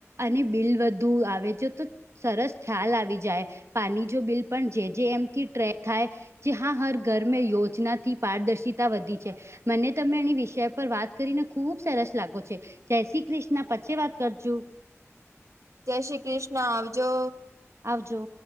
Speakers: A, on the right; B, on the right.
A: અને બિલ વધુ આવે જો તો. સરસ થાલ આવી જાય પાણી જો બિલ પણ જે જે એમથી ટ્રેક થાય. જે હા હર ઘરમે યોજનાથી પારદર્શિતા વધી જાય. મને તમે એની વિષય પર વાત કરીને ખુબ સરસ લાગો છે. જય શ્રી કૃષ્ણ પછે વાત કરજું.
B: જય શ્રી કૃષ્ણ આવજો.
A: આવજો.